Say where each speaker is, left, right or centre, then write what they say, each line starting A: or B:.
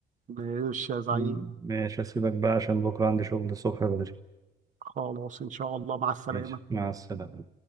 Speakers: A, on the right; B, on the right.
A: ماشي يا زعيم
B: أمم. ماشي أسيبك بقى عشان بكرة عندي شغل الصبح بدري
A: خلاص ان شاء الله مع السلامه
B: ماشي مع السلامة